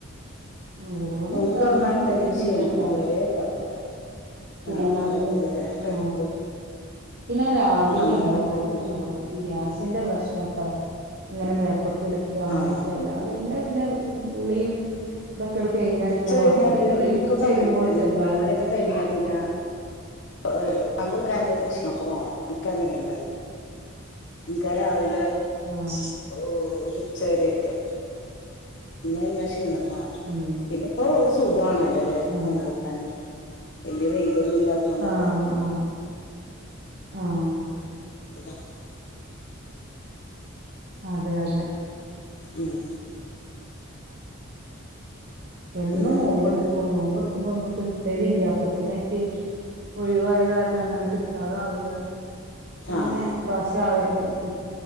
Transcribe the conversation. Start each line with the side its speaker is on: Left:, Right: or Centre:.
Right: വീട് പണി
Left: നോമ്പ്
Right: ഇതാ
Left: തുറന്നാ
Right: ഒന്നും
Left: <unintelligible>
Right: ഇതായിട്ടില്ലട്ടോ
Left: ക്ഷീണം അതുവരെ ഉണ്ടാവൂല.
Right: ചെയ്യണങ്കില്
Left: ആ ഒന്നും ആയിട്ടില്ലല്ലേ കഴിക്കുള്ളൂ
Right: ആ. പിന്നെ രാവിലെ
Left: സമയമൊക്കെ
Right: ഉണ്ടാവും കുറച്ചു
Left: എപ്പളും
Right: <unintelligible> ഈ ഗ്യാസിന്റെ പ്രശ്ന ട്ടോ അങ്ങനെ മേപ്പൊട്ട എടുക്ക. അങ്ങനത്തെ
Left: ആഹ്
Right: എല്ലാ പിന്നെ പിന്നെ പുളീം, ഇതൊക്കെടു കഴിഞ്ഞാൽ
Left: ഉച്ച
Right: പിന്നെ കൊഴപ്പുല്ല.
Left: കഴിഞ്ഞ ഒരു
Right: പിന്നെ
Left: ഇനിക്കൊക്കെ
Right: <unintelligible>
Left: അങ്ങനെ തന്നെ
Right: ഒരു ചെറുതാതിരി.
Left: മൂന്ന് കഴിഞ്ഞാ പിന്നാ, ഏഹ് പാങ്കു കൊടുക്കാകുമ്പോതേക്കും ക്ഷീണൊക്കെ മാറും. ഇനിക്ക അങ്ങനെ ഉണ്ടാവല്. എനിക്കാ രാവില
Right: ആ.
Left: ഓ ഒരുച്ചവരേക്കെ. പിന്നെ ഞാ ക്ഷീണം മാറ
Right: ഉം
Left: ഇപ്പൊ സുഖാണോലല്ലെ
Right: ഉം
Left: നോമ്പറകാന്. വല്യ വെയിലൊന്നുംല്ലാ ത്തോണ്ടൊക്കെ.
Right: ആഹ് ആഹ് ആഹ്
Left: <unintelligible>
Right: അതെ അതെ.
Left: ഉം
Right: എന്നും
Left: പിന്നെ എന്തൊക്കെയാണ്
Right: നോമ്പ് എടുക്കു, നോമ്പ എടുക്കുമ്പോ ഒന്നും കിട്ടല് ഇല്ല. അപ്പത്തിനൊക്കെ ഒഴിവായ കാരണം അങ്ങനെ കിട്ടാത ആവല. പിന്നെ
Left: ആഹ്
Right: പ്രശ് <unintelligible>